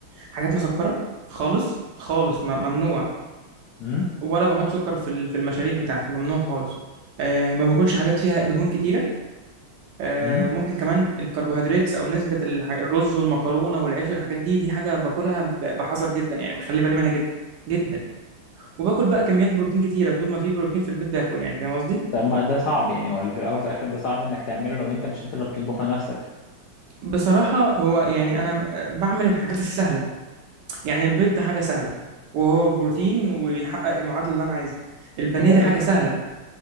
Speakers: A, on the right; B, on the left.
A: حاجات مسكره خالص خالص م- ممنوع
B: امم
A: ولا بحط سكر في ال- في المشاريب بتاعتي ممنوع خالص آه ما باكلش حاجات فيها دهون كتيره آه،
B: امم
A: ممكن كمان الكربوهيدرات او نسبه الح- الرز والمكرونه والعيش والحاجات دي دي حاجه باكلها ب- بحذر جدا يعني بخلي بالي منها جدا جدا وباكل بقى كميات بروتين كتيره طول ما في بروتين في البيت باكل يعني فاهم قصدي
B: طب ما ده صعب يعني هو في الاول وفي الاخر ده صعب انك تعمله لو انت مش انت اللي بتطبخ لنفسك
A: بصراحه هو يعني انا آه، بعمل الحاجات السهله يعني البيض ده حاجه سهله وهو بروتين وبيحقق المعادله اللي انا عايزها البانيه
B: اما
A: ده
B: انت
A: حاجه سهله